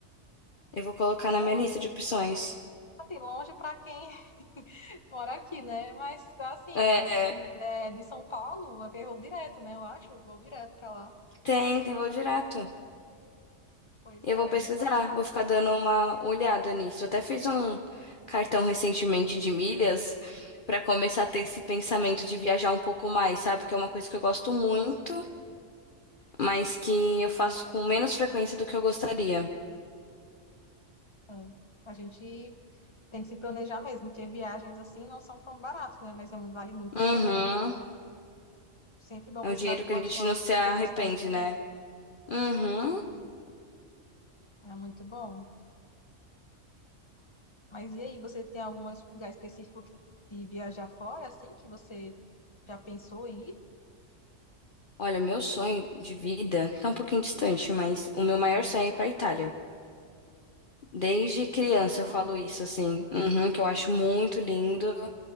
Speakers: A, on the left; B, on the left.
A: Eu vou colocar
B: não
A: na minha
B: é longe.
A: lista de opções.
B: Assim, longe para quem <laughs> mora aqui, né? Mas, assim,
A: É,
B: não, não- é, de São Paulo, é voo direto, né? Eu acho, voo direto para lá.
A: tem, tem voo direto.
B: Pois
A: Eu
B: é,
A: vou pesquisar,
B: é muito mais fácil.
A: vou ficar dando uma olhada nisso. Eu até fiz um cartão recentemente de milhas pra começar a ter esse pensamento de viajar um pouco mais, sabe? Que é uma coisa que eu gosto muito, mas que eu faço com menos frequência do que eu gostaria.
B: né? A gente tem que se planejar mesmo, porque viagens assim não são tão baratas, né? Mas é- um, vale muito a
A: Uhum.
B: pena. Sempre bom
A: É
B: conhecer
A: um dinheiro
B: novas
A: que a gente
B: novas
A: não se
B: culturas
A: arrepende,
B: também,
A: né?
B: né?
A: Uhum.
B: É, é muito bom. Mas e aí, você tem algum es- lugar específico que- de viajar fora, assim, que você já pensou em ir?
A: Olha, o meu sonho de vida tá um pouquinho distante, mas o meu maior sonho é ir pra Itália. Desde criança
B: Itália?
A: eu falo isso, assim, uhum, que eu acho muito lindo